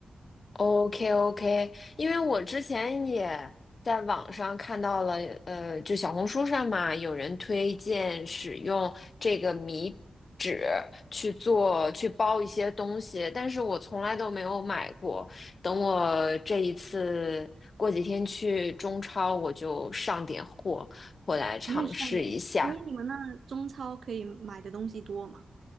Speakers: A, on the left; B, on the right.
A: ，OK OK，因为我之前也在网上看到了，呃，就小红书上嘛，有人推荐使用这个米纸去做去包一些东西，但是我从来都没有买过。等我这一次过几天去中超，我就上点货回来尝试一下。
B: 有点上瘾。哎，你们那中超可以买的东西多吗？